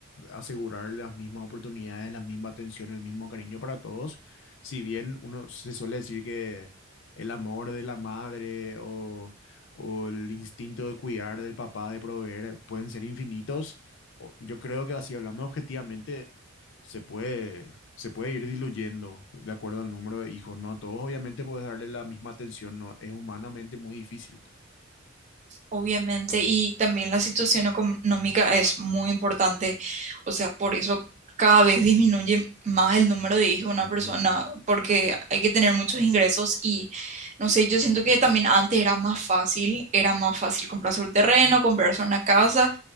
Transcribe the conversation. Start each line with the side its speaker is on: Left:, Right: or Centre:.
Left: asegurar las mismas oportunidades, la misma atención, el mismo cariño para todos. Si bien uno se suele decir que el amor de la madre o, o el instinto de cuidar del papá, de proveer, pueden ser infinitos, o- yo creo que así hablando objetivamente, se puede, se puede ir diluyendo de acuerdo al número de hijos, ¿no? A todos obviamente puedes darle la misma atención, ¿no? Es humanamente muy difícil.
Right: Obviamente, y también la situación económica es muy importante, o sea, por eso cada vez disminuye más el número de hijos de una
Left: Ujú,
Right: persona, porque hay que tener muchos ingresos y, no sé, yo siento que también antes era más fácil, era más fácil comprarse un terreno, comprarse una casa